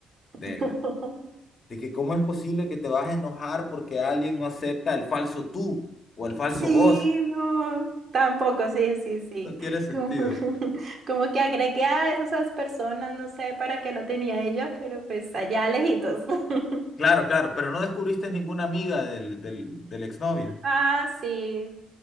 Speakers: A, on the left; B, on the right.
A: de,
B: <laughs>
A: de que cómo es posible que te vas a enojar porque alguien no acepta el falso tú o el falso
B: Sí,
A: vos.
B: no, tampoco, sí, sí, sí.
A: No tiene sentido.
B: Como, <laughs> como que agregué a esas personas, no sé para qué lo tenía ella, pero pues allá lejitos. <laughs>
A: Claro, claro, pero no descubriste ninguna amiga del, del, del exnovio.
B: Ah, sí.